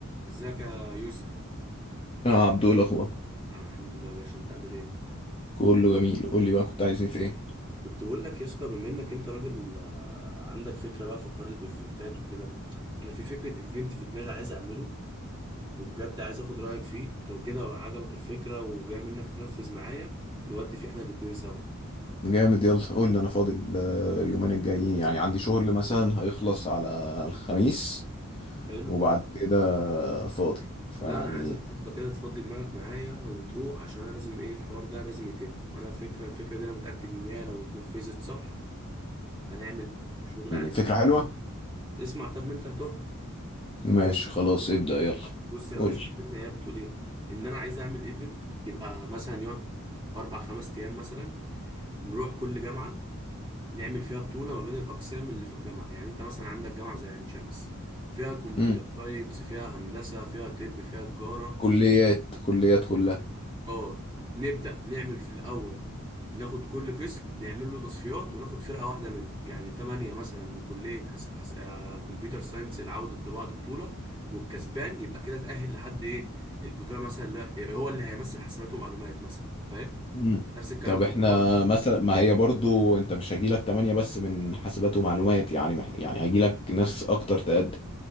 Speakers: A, on the right; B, on the left.
A: ازيك يا يوسف
B: اه عبدو إيه الاخبار
A: نعم الحمد لله يا باشا انت عامل ايه
B: كله جميل قول لي بقى كنت عايزني في ايه
A: كنت بقول لك يا اسطى بما انك انت راجل آه، عندك فكره بقى في حوار الايفنتات وكده انا في فكره ايفنت في دماغي عايز اعمله وبجد عايز اخد رايك فيه لو كده عجبك الفكره وجاي منك تنفذ معايا نودي فيه احنا الاتنين سوا
B: جامد يلا قول لي انا فاضل آه، يومين الجايين يعني عندي شغل مثلا هيخلص على الخميس
A: حلو
B: وبعد كده فاضي فيعني
A: لا انا عايزك تفضى كده تفضي دماغك معايا وتروح عشان انا لازم ايه الحوار ده لازم يتم وانا فكره الفكره دي انا متاكد ان هي لو اتنفذت صح هنعمل شغل عالي
B: فكرة
A: جدا
B: حلوة
A: اسمع طب ما انت هتحكم
B: ماشي خلاص ابدأ يلا
A: بص يا
B: قول
A: باشا
B: لي
A: الفكره هي بتقول ايه ان انا عايز اعمل ايفنت يبقى مثلا يقعد اربع خمس ايام مثلا نروح كل جامعه نعمل فيها بطوله ما بين الاقسام اللي في الجامعه يعني انت مثلا عندك جامعه زي عين شمس فيها كمبيوتر
B: مم.
A: ساينس فيها هندسه فيها طب فيها تجاره
B: كليات كليات كلها
A: اه نبدأ نعمل في الأول ناخد كل قسم نعمل له تصفيات وناخد فرقة واحدة منه يعني تمانية مثلا من كلية حس... حس... آه، كمبيوتر ساينس العودة ضد بعض بطولة والكسبان يبقى كده تأهل لحد إيه البطولة مثلا لا... هو اللي هيمثل حاسبات ومعلومات مثلا فاهم
B: مم.
A: نفس الكلام
B: طب
A: في
B: احنا
A: التجارة
B: مثلا ما هي برضو انت مش هيجيلك تمانية بس من حاسبات ومعلومات يعني مح- يعني هيجيلك ناس اكتر تقدم